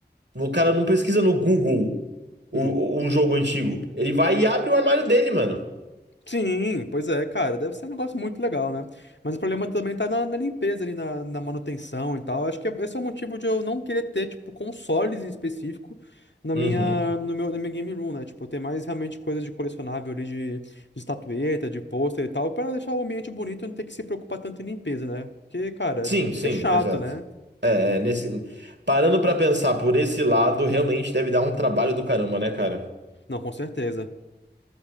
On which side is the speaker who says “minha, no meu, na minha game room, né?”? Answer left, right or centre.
Left